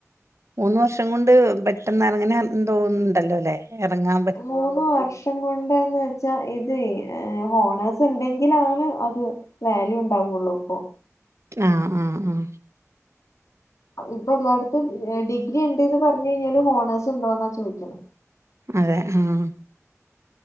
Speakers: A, on the right; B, on the left.
A: മൂന്ന് വർഷം കൊണ്ട് പെട്ടെന്ന് എറങ്ങന എന്തോഒന്ന് ഇണ്ടല്ലോല്ലേ എറങ്ങാം
B: മൂന്ന് വർഷ് കൊണ്ടെന്ന് വെച്ചാ ഇതയ് ഏഹ് ഹോണേഴ്സ് ഇണ്ടെങ്കിലാണ് അത് വാല്യൂ ഉണ്ടാവൊള്ളൂ പ്പൊ
A: ആഹ് ആഹ് ആഹ്
B: ഇപ്പ എല്ലാട്ത്തും ഏഹ് ഡിഗ്രി ഇണ്ട്ന്ന് പറഞ് കയ്ഞ്ഞാല് ഹോണേഴ്സ് ഇണ്ടോന്നാ ചോയിക്ക്ണ്
A: അതെ ആഹ്